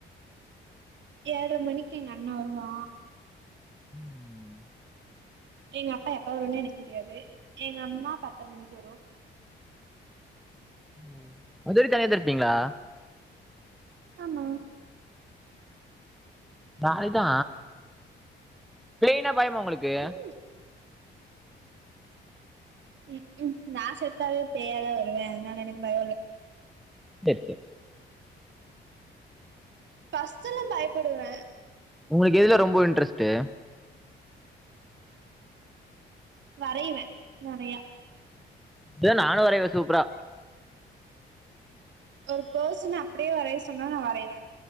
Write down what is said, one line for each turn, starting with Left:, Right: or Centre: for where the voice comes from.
Right: ஏழ்ர மணிக்கு எங் அண்ணா வருவா
Centre: உம்
Right: எங்க அப்பா எப்ப வருன்னு எனக் தெரியாது எங்க அம்மா பத்தர மணிக்கு வரோ
Centre: உம் அது வரிக் தனியாத இருப்பீங்களா
Right: ஆமா
Centre: பால்தா ப்ளேயினா பயிமா உங்குளுக்கு
Right: ம் ம் ம் நா செத்தாவே பேயாதா வருவே அதுனால எனக் பயோல்ல
Centre: தெற்க்கு
Right: பஸ்ட்டுல்லா பயப்பிடுவே
Centre: உங்குளுக் எதுல ரொம்ப இன்ட்ரெஸ்ட்டு
Right: வரைவே நெறையா
Centre: ஏ நானு வரைவே சூப்ரா
Right: ஓர் போஸ்சுனா அப்டியே வரையஸ் சொன்னா நா வரையிவே